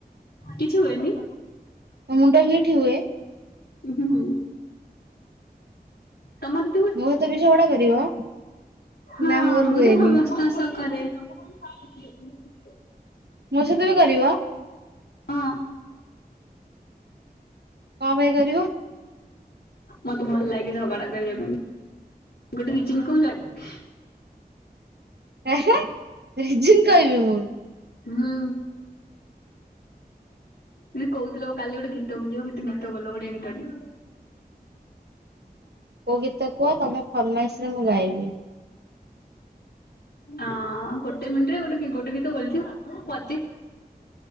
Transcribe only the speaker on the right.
ମୋ ମୁଣ୍ଡ ହିଟ୍ ହୁଏ
ମୋ ସହିତ ବି ଝଗଡା କରିବ
ନା ମୋର
ହୁଏନି
ମୋ ସାଥିରେ କରିବ?
କଁ ପାଇଁ କରିବ?
ଏହେ ରିଜିନ୍ କହିବି ମୁଁ।
କୋଉ ଗୀତ କୁହ, ତମ ଫରମାଇଶ ରେ ମୁଁ ଗାଇବି।